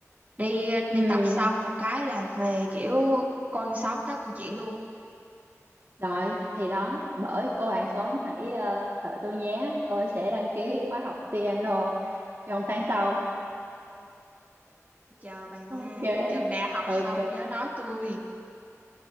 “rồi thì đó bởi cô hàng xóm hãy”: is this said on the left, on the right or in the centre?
Right